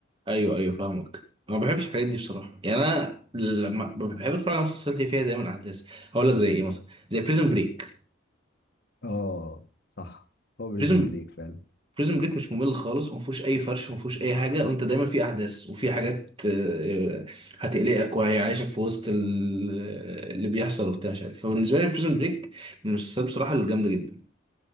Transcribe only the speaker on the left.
اه صح هو بريزون
بريك فعلا